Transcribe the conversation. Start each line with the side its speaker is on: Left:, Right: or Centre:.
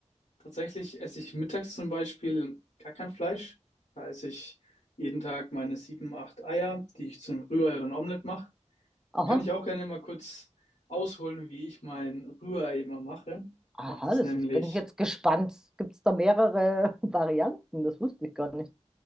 Left: Tatsächlich esse ich mittags zum Beispiel gar kein Fleisch. Da esse ich jeden Tag meine sieben, acht Eier, die ich zum Rührei oder ein Omelett mache.
Centre: Aha.
Left: Da kann ich auch gerne mal kurz ausholen, wie ich mein Rührei immer mache.
Centre: Aha,
Left: Ich mache das
Centre: das
Left: nämlich,
Centre: ist, bin ich jetzt gespannt. Gibt es da mehrere <laughs> Varianten? Das wusste ich gar nicht.